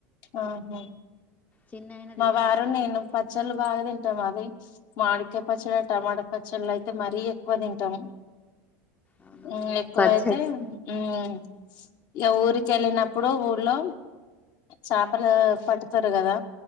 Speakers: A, on the left (about 55°); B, on the left (about 20°).
A: ఆహా
B: చిన్న ఆయన
A: మా
B: తినడు
A: వారు
B: కాకరకాయ
A: నేను పచ్చళ్ళు బాగా తింటాం అది మామిడికాయ పచ్చళ టమాటా పచ్చళ్ళ అయితే మరీ ఎక్కువ తింటాం
B: అవును
A: ఉమ్
B: మేము
A: ఎక్కువైతే
B: పచ్చడి
A: ఉమ్ ఇక ఊరికెళ్ళినప్పుడు ఊళ్ళో చాపలు పడుతారు కదా